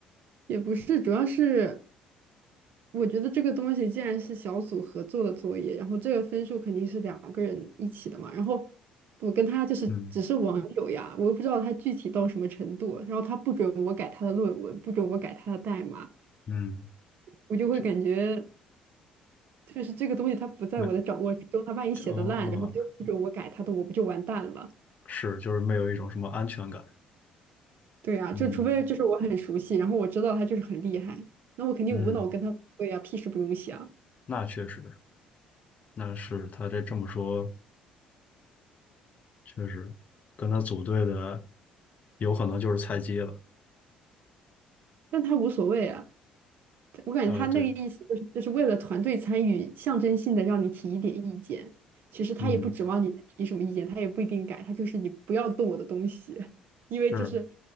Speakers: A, on the right; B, on the left.
A: 也不是，主要是我觉得这个东西既然是小组合作的作业，然后这个分数肯定是两个人一起的嘛。然后我跟他就是只是网友呀，
B: 嗯
A: 我又不知道他具体到什么程度。然后他不准我改他的论文，不准我改他的代码，
B: 嗯，
A: 我就会感觉
B: 这
A: 就是这个东西他不在我的掌握之中。
B: 没
A: 他万一写的烂，
B: 这哦，
A: 然后他又不准我改他的，我不就完蛋了？
B: 是就是没有一种什么安全感。
A: 对啊，
B: 嗯
A: 就除非就是我很熟悉，然后我知道他就是很厉害，那我肯定无脑跟他对呀，
B: 嗯，
A: 屁事不用想，
B: 那确实，那是他这这么说，确实跟他组队的有可能就是菜鸡了。
A: 但他无所谓啊。我感觉他那个意思就是就是为了团队参与，
B: 啊，对，
A: 象征性的让你提一点意见。其实他也不指望你能提什么意见，
B: 嗯，
A: 他也不一定改，他就是你不要动我的东西，<laughs> 因为就是
B: 是